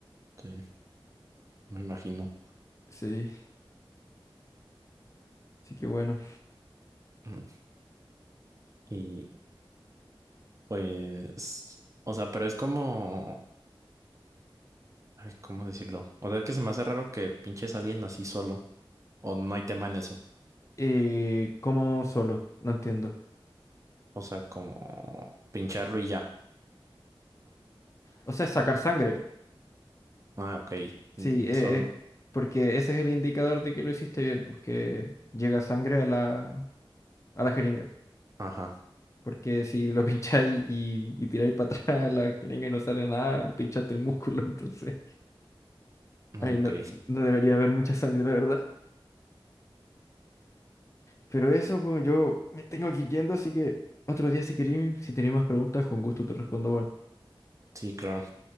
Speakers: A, on the right (about 35°); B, on the left (about 35°).
A: Sí, me imagino.
B: Sí, sí que bueno.
A: Ujú. Y pues, o sea, pero es como, ay, ¿cómo decirlo? O sea, es que se me hace raro que pinches a alguien así solo. O no hay tema en eso.
B: Eh, ¿cómo solo? No entiendo.
A: O sea, como pincharlo y ya.
B: O sea, sacar sangre.
A: Ah, ok. mm,
B: Sí, e-
A: Solo.
B: es, porque ese es el indicador de que lo hiciste bien, porque llega sangre a la, a la jeringa.
A: Ajá.
B: Porque si lo <laughs> pincháis y, y tiráis para atrás la jeringa y no sale nada, pinchaste el músculo, <laughs> entonces
A: Ok.
B: ahí no, no debería haber mucha sangre, la verdad. Pero eso, pues yo me tengo que ir yendo, así que otro día si queréis, si tenéis más preguntas, con gusto te respondo, bueno.
A: Sí, claro.